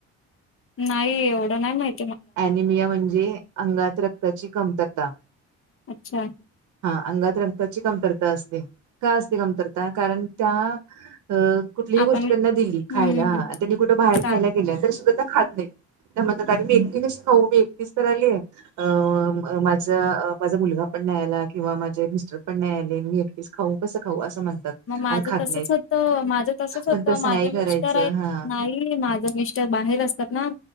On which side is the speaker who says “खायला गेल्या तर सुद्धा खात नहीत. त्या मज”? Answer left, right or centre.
Right